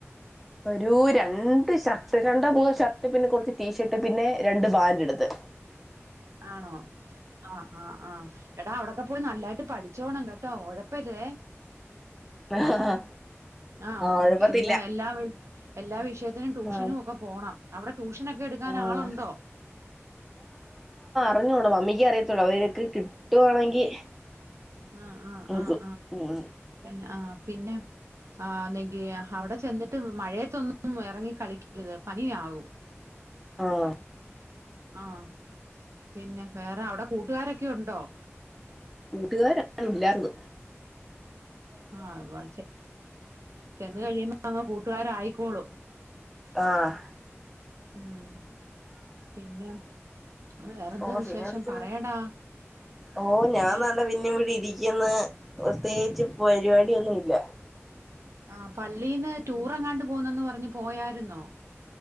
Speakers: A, in the centre; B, on the right.
A: ഒരു രണ്ട് ഷർട്ട് രണ്ടോ മൂന്നോ ഷർട്ട് പിന്നെ കുറച്ച് ടീഷർട്ട് പിന്നെ രണ്ട് ബാൻഡ് എടുത്ത്.
B: ആണോ ആ് ആ് ആഹ് എടാ അവിടൊക്കെ പോയി നല്ലായിട്ട് പഠിച്ചോണം കെ ട്ടോ ഒഴപ്പരുതേ.
A: ആഹ്
B: ഏ ആഹ
A: ഒഴപ്പത്തില്ല
B: എ എല്ലാ എല്ലാ എല്ലാ വിഷയത്തിനും ട്യൂഷനും
A: ആഹ്
B: ഒക്കെ പോണം അവിടെ ട്യൂഷനൊക്കെ എടുക്കാനാളുണ്ടോ?
A: ആഹ് റിഞ്ഞൂട മമ്മിക്ക് അറിയത്തൊള്ളു അത് വരേക്ക് കിട്ടുവാണെങ്കി
B: ആഹ്
A: നോക്കും
B: ആഹ ആഹ്
A: ഉം
B: ആഹ ആഹ് പിന്നെ ആ ലേ അവിടെ ചെന്നിട്ട് മഴയത്തൊന്നും ഇറങ്ങി കളിക്കരുത് പനിയകും.
A: ആഹ
B: ആ പിന്നെ വേറെ അവ്ടെ കൂട്ടുകാരൊക്കെ ഉണ്ടോ?
A: കൂട്ടുകാരൊന്നുള്ളാര്ന്ന്.
B: ആ അ വായിചെ ചെന്ന് കഴിയുമ്പ അങ്ങ് കൂട്ടുകാരായിക്കോളും.
A: ആഹ.
B: ഉം പിന്നെ വേറെന്ത
A: ഓ
B: വിശേഷം
A: പിന്നെ എന്തുവാ?
B: പറയടാ?
A: ഓ ഞാൻ
B: ഏഹ്
A: താണ്ടെ പിന്നിവിടെ ഇരിക്കന്ന് പ്രത്യേകിച്ച് പരിപാടിയൊന്നുല്ല.
B: ആ പള്ളീന്ന് ടൂർ എങ്ങാണ്ട് പോവുന്നന്ന് പറഞ്ഞ് പോയായിരുന്നോ?